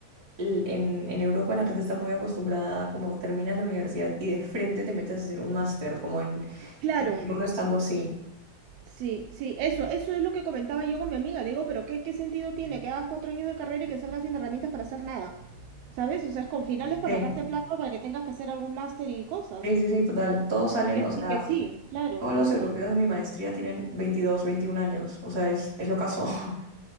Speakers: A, on the right; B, on the right.
A: el- en, en Europa la gente está muy acostumbrada, como terminas la universidad y de frente te metes a hacer un máster, como en,
B: claro,
A: en Perú no estando así.
B: sí, sí, eso, eso es lo que comentaba yo con mi amiga. Le digo, pero ¿qué, qué sentido tiene que hagas cuatro años de carrera y que salgas sin herramientas para hacer nada? ¿Sabes? O sea, es con finales para
A: Sí,
B: sacarte plata para que tengas que hacer algún máster y cosas.
A: sí, sí, sí, total. Todos salen,
B: Que
A: o sea,
B: sí, que sí. Claro,
A: todos
B: que
A: los
B: sí.
A: europeos de mi maestría tienen 22 21 años, o sea, es, es lo caso. <laughs>